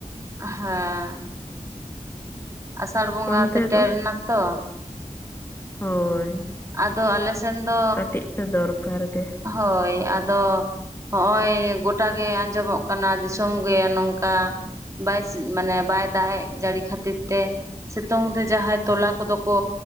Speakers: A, on the right (about 25°); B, on the left (about 15°).
A: ᱦᱮᱸ ᱟᱥᱟᱲ ᱵᱚᱸᱜᱟ
B: ᱚᱱᱛᱮ
A: ᱥᱮᱴᱮᱨ
B: ᱫᱚ
A: ᱮᱱᱟ ᱛᱚ
B: ᱦᱳᱭ
A: ᱟᱫᱚ ᱟᱞᱮ ᱥᱮᱱ ᱫᱚ
B: ᱠᱟᱹᱴᱤᱡ ᱫᱚ ᱫᱚᱨᱠᱟᱨ ᱜᱮ
A: ᱦᱳᱭ ᱟᱫᱚ ᱦᱚᱜ-ᱚᱭ ᱜᱚᱴᱟ ᱜᱮ ᱟᱸᱡᱚᱢᱚᱜ ᱠᱟᱱᱟ, ᱫᱤᱥᱚᱢ ᱜᱮ ᱱᱚᱝᱠᱟ ᱾ ᱵᱟᱭ ᱢᱟᱱᱮ ᱵᱟᱭ ᱫᱟᱜ ᱡᱟᱹᱲᱤ ᱠᱷᱟᱹᱛᱤᱨ ᱛᱮ, ᱥᱤᱛᱩᱝ ᱨᱮ ᱡᱟᱦᱟᱸᱭ ᱛᱚᱞᱟ ᱠᱚᱫᱚ ᱠᱚ